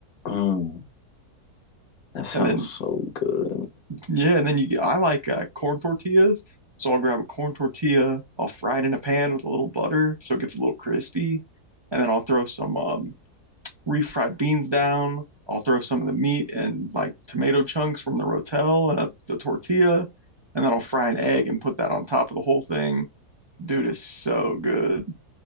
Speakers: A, on the left; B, on the right.
A: Mm, that sounds
B: And then
A: so good.
B: yeah, and then you get I like uh, corn tortillas, so I'll grab a corn tortilla, I'll fry it in a pan with a little butter so it gets a little crispy, and then I'll throw some um, refried beans down. I'll throw some of the meat and like tomato chunks from the rotel and a, the tortilla, and then I'll fry an egg and put that on top of the whole thing. Dude, it's so good.